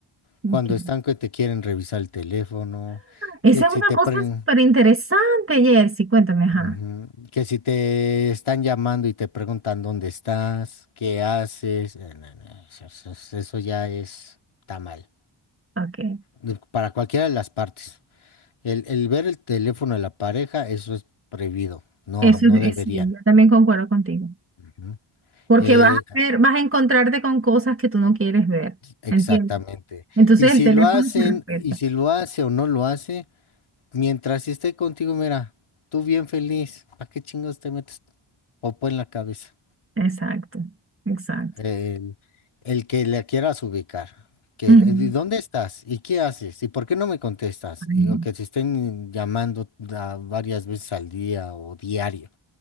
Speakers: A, on the right; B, on the left.
A: Ok.
B: Cuando están que te quieren revisar el teléfono,
A: Esa
B: que
A: es
B: si
A: una
B: te
A: cosa
B: pre-
A: súper interesante, Jersey. Cuéntame, ajá.
B: Ujú, que si te están llamando y te preguntan dónde estás, qué haces, eh, no, no, eso, eso- eso ya es, está mal.
A: Ok.
B: De- Para cualquiera de las partes. El, el ver el teléfono de la pareja, eso es prohibido. No,
A: Eso
B: no
A: es, eh,
B: deberían.
A: sí, yo también concuerdo contigo.
B: Ujú.
A: Porque
B: Eh,
A: vas a ver, vas a encontrarte con cosas que tú no quieres ver.
B: exactamente.
A: ¿Entiendes? Entonces
B: Y si
A: el teléfono
B: lo hacen,
A: se respeta.
B: y si lo hace o no lo hace, mientras esté contigo, mira, tú bien feliz, ¿para qué chingos te metes popo en la cabeza?
A: Exacto, exacto.
B: El, el que le quieras ubicar. Que,
A: Ujú.
B: eh, ¿y ¿dónde estás? ¿Y qué haces? ¿Y por qué no me contestas?
A: Ay,
B: Y, o que te estén llamando ah, varias veces al día o diario.